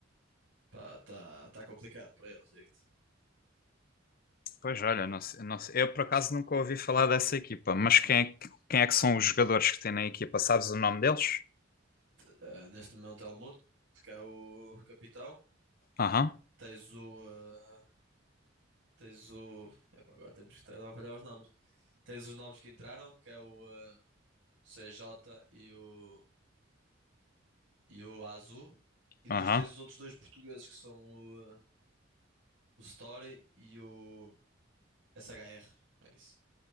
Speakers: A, on the right; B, on the left.
A: Pá, tá, tá complicado para eles, digo-te.
B: Pois olha, não sei- não sei. eu por acaso nunca ouvi falar dessa equipa, mas quem é, que- quem é que são os jogadores que têm na equipa? Sabes o nome deles?
A: Eh, neste momento é o Muto, que é o capitão.
B: Aham,
A: Tens o, eh, Tens o. Epá, agora temos que estar a avaliar os nomes. Tens os nomes que entraram, que é o eh, CJ e o, e o Azu. E
B: aham.
A: depois tens os outros dois portugueses, que são o, eh, o Story e o SHR. É isso.